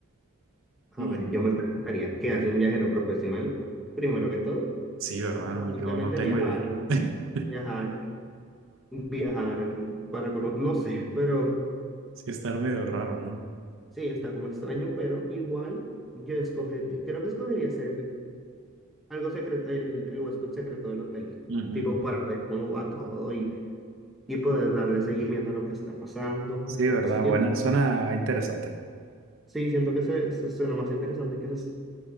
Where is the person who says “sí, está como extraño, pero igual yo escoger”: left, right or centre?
Centre